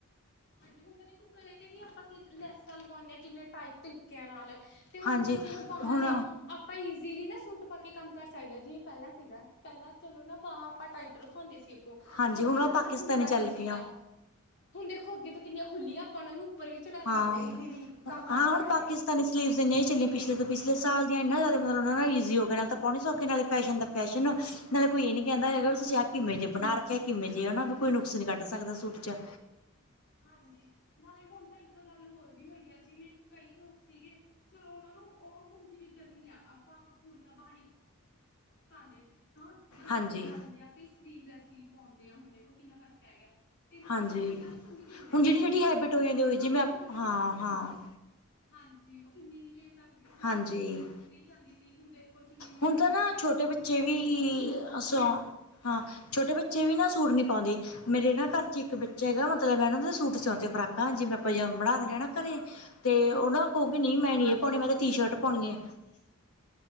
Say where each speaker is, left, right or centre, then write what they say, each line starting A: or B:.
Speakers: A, on the left (about 50°); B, on the left (about 80°).
A: ਹਾਂਜੀ ਹੁਣ ਤਾਂ ਦੇਖੋ ਗਲੇ ਤੇ ਵੀ ਆਪਾਂ ਕਿ ਲੈਸਾਂ ਲਵਾਉਣੇ ਆ ਕਿੰਨੇ ਟਾਈਪ ਤਰੀਕਿਆਂ ਨਾਲ ਤੇ ਹੁਣ
B: ਹਾਂਜੀ
A: ਤਾਂ ਜਿਵੇਂ ਬਾਹਾਂ
B: ਹੁਣ
A: ਨੇ ਆਪਾਂ ਈਜ਼ੀਲੀ ਨਾ ਸੂਟ ਪਾ ਕੇ ਕੰਮ ਕਰ ਸਕਦੇ ਆ ਜਿਵੇਂ ਪਹਿਲਾਂ ਸੀਗਾ ਪਹਿਲਾਂ ਚਲੋ ਨਾ ਬਾਹਾਂ ਆਪਾਂ ਟਾਈਟ ਰਖ ਖਾਉਂਦੇ ਸੀ ਅੱਗੋ
B: ਹਾਂਜੀ
A: ਤਾਂ ਉਹਦੇ
B: ਹੁਣ ਉਹ
A: ਨਾਲ
B: ਪਾਕਿਸਤਾਨੀ
A: ਨਾ ਹੁੰਦਾ
B: ਚੱਲ
A: ਨੀ ਸੀਗਾ।
B: ਪਈਆਂ
A: ਹੁਣ ਦੇਖੋ ਅੱਗੇ ਤੋਂ ਕਿੰਨੀਆਂ ਖੁੱਲੀਆਂ ਆਪਾਂ ਇਹਨਾਂ ਨੂੰ ਉੱਪਰ ਵੀ ਚੜ੍ਹਾ
B: ਹਾਂ।
A: ਸਕਦੇ ਆ ਈਜ਼ੀਲੀ ਕੰਮ ਕਰ
B: ਹਾਂ ਹੁਣ
A: ਸਕਦੇ ਹਾਂ।
B: <unintelligible> ਪਿਛਲੇ ਪਿਛਲੇ ਸਾਲ ਦੀਆਂ ਇਨੀਆ ਜ਼ਿਆਦਾ <unintelligible> ਈਜ਼ੀ ਹੋ ਗਿਆ ਨਾਲੇ ਤਾਂ ਪਾਉਣੇ ਸੌਖੇ ਨਾਲੇ ਫੈਸ਼ਨ ਦਾ ਫੈਸ਼ਨ ਨਾਲੇ ਕੋਈ ਇਹ ਨੀ ਕਹਿੰਦਾ ਹੈਗਾ
A: ਹਾਂਜੀ
B: ਵੀ ਤੁਸੀਂ ਆਹ ਕਿਵੇਂ ਜੇ ਬਣਾ ਰੱਖੇ ਕਿਵੇਂ ਜੇ ਆ ਨਾ ਵੀ ਕੋਈ ਨੁਕਸ ਨੀ ਕੱਢ ਸਕਦਾ ਸੂਟ ਚ।
A: ਹਾਂਜੀ ਨਾਲੇ ਹੁਣ ਤਾਂ ਇੱਕ ਗੱਲ ਹੋਰ ਵੀ ਹੋਈ ਆ ਜਿਵੇਂ ਕਈ ਲੋਕ ਸੀਗੇ ਚਲੋ ਉਹਨਾਂ ਨੂੰ ਉਹ ਹੁਣ ਜਿਵੇਂ ਗਰਮੀ ਆ ਆਪਾਂ ਪੂਰੀਆਂ ਬਾਹਾਂ <unintelligible>
B: ਹਾਂਜੀ
A: ਸਲੀਵ ਲੈਸ ਸੀ ਪਾਉਂਦੇ ਆ ਹੁਣ ਦੇਖੋ ਕਿੰਨਾ ਫਰਕ ਪੈ ਗਿਆ। <unintelligible>
B: ਹਾਂਜੀ। ਹੁਣ ਜਿਹੜੀ ਜਿਹੜੀ ਹੈਬਿਟ ਹੋ ਜਾਂਦੀ ਉਹੀ ਜਿਵੇਂ
A: ਛੋਟੇ
B: ਹਾਂ
A: ਵੱਡੀਆ <unintelligible>
B: ਹਾਂ
A: ਕੀ ਸੀ। ਹਾਂਜੀ ਉਹ ਚੁੰਨੀ ਨਹੀਂ ਲੈ ਸਕਦੀ ਸੀਂ
B: ਹਾਂਜੀ।
A: ਉਹਨਾਂ ਦੀ ਚੁੰਨੀ ਉੱਤਰੀ ਜਾਂਦੀ ਸੀ ਹੁਣ ਦੇਖੋ ਚੁੰਨੀ ਲੈਂਦੇ
B: ਹੁਣ ਤਾਂ
A: ਨੇ।
B: ਨਾ ਛੋਟੇ ਬੱਚੇ ਵੀ ਸੌ ਹਾਂ ਛੋਟੇ ਬੱਚੇ ਵੀ ਨਾ ਸੂਟ ਨਹੀਂ ਪਾਉਂਦੇ। ਮੇਰੇ ਨਾ ਘਰ ਚ ਇੱਕ ਬੱਚਾ ਹੈਗਾ ਮਤਲਬ ਇਹਨਾਂ ਦਾ ਸੂਟ ਸਿਉਂਦੇਉ। ਫਰਾਕਾਂ ਜਿਵੇਂ <unintelligible> ਬਣਾ ਦਿੰਦੇ ਆ ਨਾ ਘਰੇ ਤੇ
A: ਹਾਂਜੀ,
B: ਉਹਨਾਂ ਕਹੁੰਗੀ ਨਹੀਂ ਮੈਂ ਨੀ ਇਹ ਪਾਉਣੀ ਮੈਂ ਤਾਂ ਟੀ ਸ਼ਰਟ ਪਾਉਣੀ ਏ
A: <inaudible>